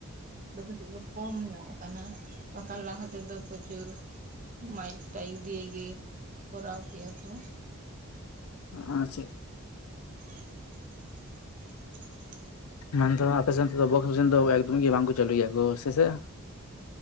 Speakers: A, on the right (about 35°); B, on the left (about 85°).
A: ᱫᱚ ᱠᱟᱹᱴᱤᱡ ᱠᱚ ᱠᱚᱢ ᱧᱚᱜ ᱟᱠᱟᱱᱟ ᱵᱟᱠᱷᱟᱱ ᱞᱟᱦᱟ ᱛᱮᱫᱚ ᱯᱨᱚᱪᱩᱨ ᱢᱟᱭᱤᱠ ᱴᱟᱭᱤᱠ ᱫᱤᱭᱮ ᱜᱮ, ᱠᱚᱨᱟᱣ ᱠᱮᱫᱟ ᱠᱚ ᱾
B: ᱟᱨ ᱪᱮᱫ
A: <unintelligible>
B: ᱢᱮᱱᱫᱚ ᱟᱯᱮ ᱥᱮᱱ ᱛᱮᱫᱚ ᱵᱚᱠᱥ ᱠᱚᱥᱮᱱ ᱫᱚ ᱮᱠᱫᱚᱢ ᱜᱮ ᱵᱟᱝᱠᱚ ᱪᱟᱹᱞᱩ ᱜᱮᱭᱟ ᱠᱚ ᱥᱮ ᱪᱮᱫ ᱾